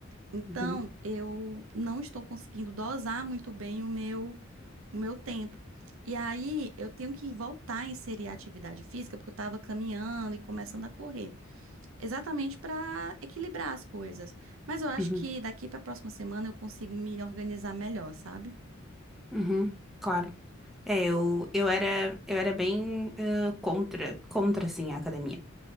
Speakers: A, on the right (about 70°); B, in the centre.
A: Então,
B: Uhum,
A: eu não estou conseguindo dosar muito bem o meu, o meu tempo. E aí, eu tenho que voltar a inserir a atividade física, porque eu tava caminhando e começando a correr, exatamente para equilibrar as coisas. Mas eu acho
B: uhum,
A: que daqui para a próxima semana eu consigo me organizar melhor, sabe?
B: uhum, claro. É, eu, eu era, eu era bem eh, contra, contra, assim, a academia.